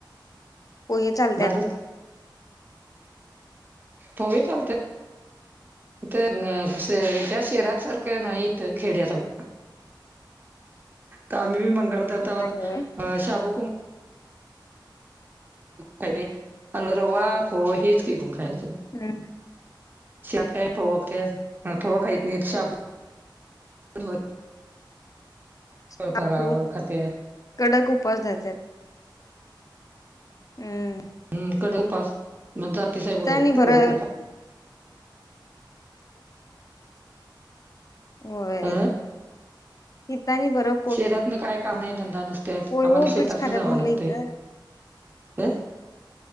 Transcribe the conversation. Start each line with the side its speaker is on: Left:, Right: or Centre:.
Left: पोहे चालत्यात
Right: भारत हवे चालत तर त्या शहरात सारखं नाही इथ खेड्यातऊ तम्ही मंगळ दता म
Left: नाही होय
Right: अ शाबू कुंकू काही नाही अरे रवा फवा हेच का तुम खायचं
Left: हम् हम
Right: शत काय फोव फोव खाहीत नाही शबू
Left: साबू
Right: बराबर खात
Left: कडक उपसधात हम्
Right: हम् कडकपास मग जातीसाहेबरोर
Left: आणि बरं
Right: कडक उपास
Left: होय
Right: अ
Left: हीतानी बरो
Right: शेतातन काय काम नाही धंदा नसत्यात
Left: पोहे
Right: आम्हाला
Left: उपीटच
Right: शेतातन
Left: खात्यात
Right: जावं
Left: म्हटलं
Right: लागतंय
Left: इथं
Right: हम